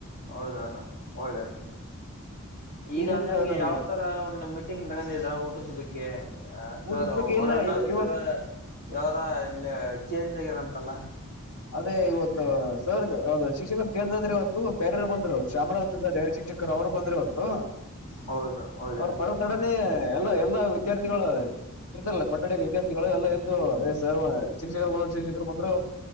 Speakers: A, on the left (about 45°); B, on the left (about 80°).
A: ಹೌದಣ ಒಳ್ಳೆ ಈಗ
B: ಈ ರೀತಿ
A: ನಿಮ್ಗೆ
B: ಆದ್ರೆ ನಮ್ಗೆ
A: ಯಾವ ತರ ಒಂದು ಮೀಟಿಂಗ್ ತಗೊಂಡಿದ್ರಾ ಊಟದ ಬಗ್ಗೆ ಸರ್
B: ಊಟದ ಬಗ್ಗೆ
A: ವರ್ಣ
B: ಇಲ್ಲ ಇವ ಇವತ್
A: ಸರ್ ಯಾವರ ಇಲ್ಲಿ ಚೇಂಜ್ ಆಗಿರಂತಲ್ಲ.
B: ಅದೇ ಇವತ್ತ ಸರ್ ಗ ಯಾವದ ಶಿಕ್ಷಕರ ಚೇಂಜ್ ಅದರ ಇವತ್ತು ಬೇರೆಯವರ ಬಂದ್ರು ಶಾಮರು ಅಂತ <unintelligible> ಶಿಕ್ಷಕ. ಕರ ಅವರು ಬಂದ್ರೆ ಇವತು
A: ಹೌದು ಒಳ್ಳೇದು
B: ಅವರ ಬರೋ ತಡನೆ. ಎ ಎಲ್ಲೋ ಎಲ್ಲೋ ವಿದ್ಯಾರ್ಥಿಗಳ ಇರ್ತಾರಲ್ಲ ಕೊಠಡಿಲಿ ವಿದ್ಯಾರ್ಥಿಗಳು ಎಲ್ಲ ಎದ್ದು ಎ <unintelligible> ಶಿಕ್ಷಕರ ಬಂದು ಶಿಕ್ಷಕರು ಬಂದ್ರ.